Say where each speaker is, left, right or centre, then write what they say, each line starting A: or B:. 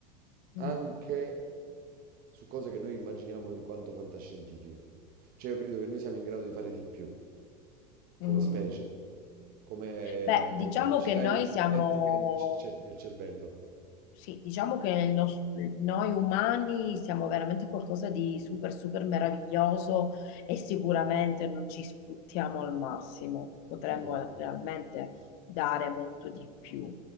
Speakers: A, on the right; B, on the left.
A: anche
B: Mm,
A: su cose che noi immaginiamo in quanto fantascientifiche. Cioè, io credo che noi siamo in grado di fare di più.
B: mm.
A: come
B: mm,
A: specie,
B: mm.
A: come
B: Beh, diciamo
A: eh, capacità
B: che noi
A: ele-
B: siamo
A: elettrica del cer- del cervello.
B: Sì, diciamo che il nos- noi umani siamo veramente qualcosa di super, super meraviglioso e sicuramente non ci sfruttiamo al massimo, potremmo
A: Mm.
B: realmente dare molto di più.